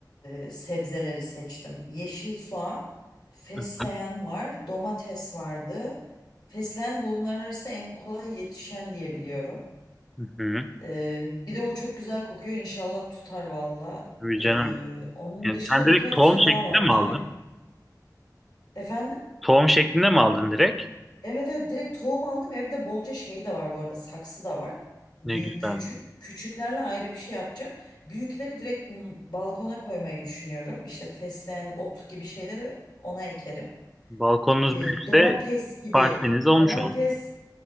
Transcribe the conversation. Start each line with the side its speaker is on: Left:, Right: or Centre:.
Left: e, sebzeleri seçtim. Yeşil soğan, fesleğen
Centre: Hı hı.
Left: var, domates vardı. Fesleğen bunların arasında en kolay yetişen diye biliyorum.
Centre: Hı hı.
Left: E, bir de o çok güzel kokuyor. İnşallah tutar valla.
Centre: Tabii
Left: E,
Centre: canım.
Left: onun
Centre: Yani
Left: dışında
Centre: sen direkt
Left: birkaç
Centre: tohum
Left: bir şey
Centre: şeklinde
Left: daha vardı
Centre: mi aldın?
Left: ama efendim?
Centre: Tohum şeklinde mi aldın direkt?
Left: Evet evet direkt tohum aldım. Evde bolca şey de var bu arada. Saksı da var. Büyük
Centre: Ne güzel.
Left: küçük. Küçüklerle ayrı bir şey yapacağım. Büyükleri direkt m, balkona koymayı düşünüyorum. İşte fesleğen, ot gibi şeyleri ona ekerim.
Centre: Balkonunuz
Left: Ee,
Centre: büyükse
Left: domates gibi.
Centre: bahçeniz olmuş
Left: Domates
Centre: olur.